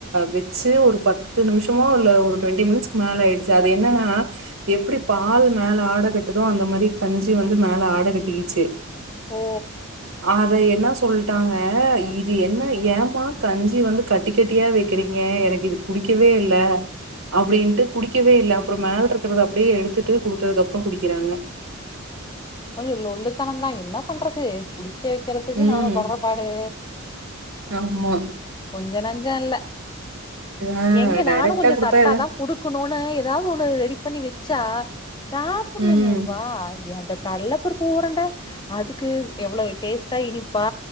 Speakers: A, on the right; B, on the left.
A: வச்சி ஒரு பத்து நிமிஷமோ இல்ல ஒரு டுவென்டி மினிட்ஸ் மேல ஆயிடுச்சி அது என்னன்னா எப்டி பால் மேல ஆடகட்டுதோ அந்த மாரி கஞ்சி வந்து மே ல ஆட கட்டி கிச்சி
B: ஓ
A: அத என்ன சொல் ட்டாங்க இது என்ன ஏமா கஞ்சி வந்து கட்ட கட்டியா வெக்கிறீங்க எனக்கு இது புடிக்கவே இல்ல அப்டின்ட்டு குடிக்கவே இல்ல அப்பறோ மேல இருக்கறத அப்டியே எடுத்துட்டு குடுத்ததுக் அப்பறோ குடிக்கறாங்க
B: கொஞ்சோ லோல்லுத்தனம் தா என்ன பண்றது குடிக்க வைக்கறதுக்கு
A: ம்.
B: நாம படுற பாடு
A: ஆமா
B: கொஞ்ச நஞ்சோ இல்ல
A: ஆ
B: எங்க
A: டைரக்ட்டா
B: நானோ கொஞ்சோ
A: குடுத்தா
B: சத்த
A: எதா
B: தா குடுக்க ன்னு ஏதாவது ஒண்ணு ரெடி பண்ணி வச்சா சாப்பண்ணமேப்பா
A: ம்.
B: அந்த கல்லப்பருப்பு உருண்ட அதுக்கு எவ்ளோ டேஸ்டா இனிப்பா